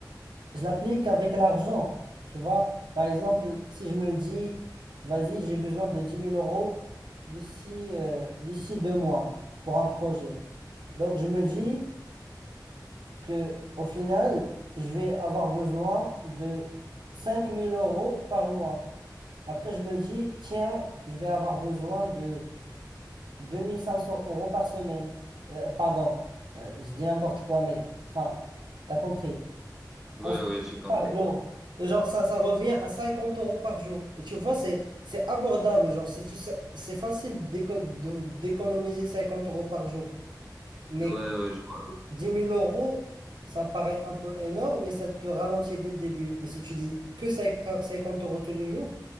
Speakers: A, on the right (about 80°); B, in the centre.
A: je l'applique avec l'argent. Tu vois, par exemple, si je me dis, vas-y, j'ai besoin de dix mille euros d'ici euh, d'ici deux mois pour un projet. Donc, je me dis que au final, je vais avoir besoin de cinq mille euros par mois. Après, je me dis, tiens, je vais avoir besoin de 2500 euros par semaine. Euh, pardon, euh, je dis n'importe quoi, mais enfin, t'as compris.
B: Ouais,
A: Ensuite,
B: ouais, j'ai compris.
A: par jour. Et genre, ça, ça revient à 50 euros par jour. Et tu vois, c'est, c'est abordable. Genre, c'est, tu sais, c'est facile d'éco- de- d'économiser 50 euros par jour. Mais
B: Ouais,
A: quand-
B: ouais, genre,
A: 10 000 euros, ça paraît un peu énorme, mais ça te ralentit dès le début. Mais si tu dis que cinquante cinquante euros tous les jours,